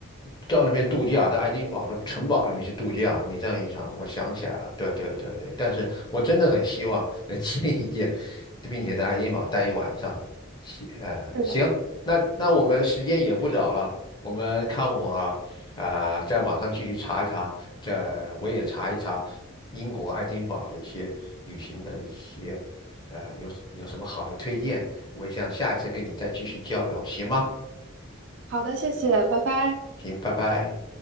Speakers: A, on the left; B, on the right.
A: 到那边度假，在爱丁堡的城堡里面去度假。你这样一想，我想起来了，对对对对。但是我真的很希望能 <laughs> 见一见，并且在爱丁堡待一晚上。行，呃，
B: 是的。
A: 行，那那我们时间也不早了，我们看我啊、在网上继续查一查，这我也查一查英国爱丁堡的一些旅行的一些，呃，有有什么好的推荐，我想下一次跟你再继续交流，行吗？
B: 好的，谢谢，拜拜。
A: 行，拜拜。